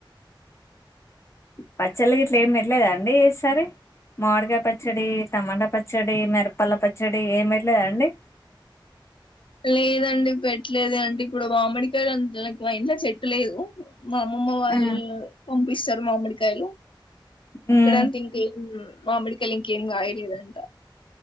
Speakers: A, on the left; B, on the left.
A: పచ్చళ్ళకి ఇట్లా ఏమి పెట్టలేదా అండి ఏసారి మామిడికాయ పచ్చడి టమాటా పచ్చడి మిరపల్ల పచ్చడి ఏమి పెట్లేదా అండి
B: లేదండి పెట్లేదు అండి ఇప్పుడు మామిడి <unintelligible> లేదు మా అమ్మమ్మ వాళ్ళు
A: ఆ,
B: పంపిస్తారు మామిడి కాయలు <unintelligible>
A: ఉమ్,
B: ఇంకేం గాయలేదంట